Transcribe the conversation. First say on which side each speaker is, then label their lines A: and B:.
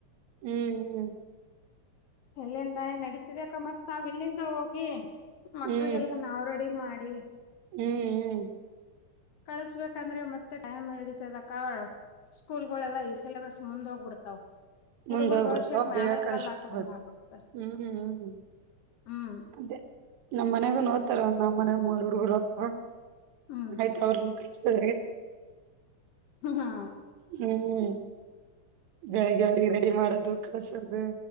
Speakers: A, on the right; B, on the left.
A: ಹ್ಮ್ ಹ್ಮ್
B: ಎಲ್ಲಿಂದ ನಡತಿದಕ್ಕ ಮತ್ ನಾವ ಇಲ್ಲಿಂದ ಹೋಗಿ ಮಕ್ಳಿಗೆಲ್ಲ
A: ಹ್ಮ್
B: ನಾವ್ ರೆಡಿ ಮಾಡಿ
A: ಹ್ಮ್ ಹ್ಮ್
B: ಕಳಸ್ಬೇಕಂದ್ರೆ ಮತ್ತೆ ಟೈಮ್ ಹಿಡತದ ಕಾವಳ ಸ್ಕೂಲ್ ಗಳೆಲ್ಲಾ ಸಿಲೆಬಸ್ ಮುಂದೋಗ್ಬಿಡ್ತಾವ್ ಹುಡುಗರ್
A: ಮುಂದ್ ಹೋಗ್ಬಿಡ್ತಾವ
B: ಭವಿಷ್ಯಕ್ ನಾವೇ
A: ಬೇಗ ಕಳಿಸಿಬಿಡ್ಬೇಕು
B: ಕಲ್ಲತ ಕ್ಕದಂಗ ಆಗ್ಬಿಡ್ತ
A: ಹ್ಮ್
B: ಹ್ಮ್
A: ಅದೇ ನಮ್ಮ್ ಮನೆಗೂ ನೋಡ್ತಾರ ನಮ್ಮ ಮನೆರರು ಅಥವಾ
B: ಹ್ಮ್
A: ಆಯ್ತ ಅವ್ರ ಎ
B: ಹ್ಮ ಹಾ
A: ಹ್ಮ್ ಬೆಳಿಗ್ಗೆ ಅಡಿಗೆ ರೆಡಿ ಮಾಡದು ಕಳ್ಸದು